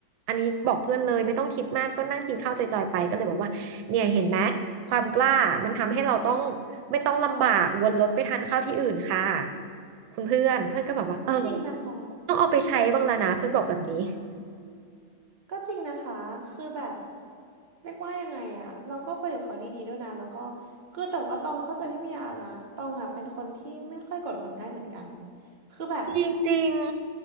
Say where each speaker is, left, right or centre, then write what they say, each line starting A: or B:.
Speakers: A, on the right; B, on the right.
A: อันนี้บอกเพื่อนเลยไม่ต้องคิดมากก็นั่งกินข้าวจอยๆไปก็เลยบอกว่าเนี่ยเห็นไหมความกล้ามันทำให้เราต้องไม่ต้องลำบากวนรถไปทานข้าวที่อื่นค่ะคุณเพื่อนเพื่อนก็แบบว่าเออ
B: ก็จริงนะคะ
A: ต้องเอาไปใช้บ้างแล้วนะเพื่อนบอกแบบนี้
B: ก็จริงนะคะ คือแบบเรียกว่ายังไงอะเราก็คุยกับเขาดีๆด้วยนะแล้วก็คือแต่ว่าตองเข้าใจพี่เมียนะตองอะเป็นคนที่ไม่ค่อยโกรธคนง่ายเหมือนกันคือแบบ
A: จริง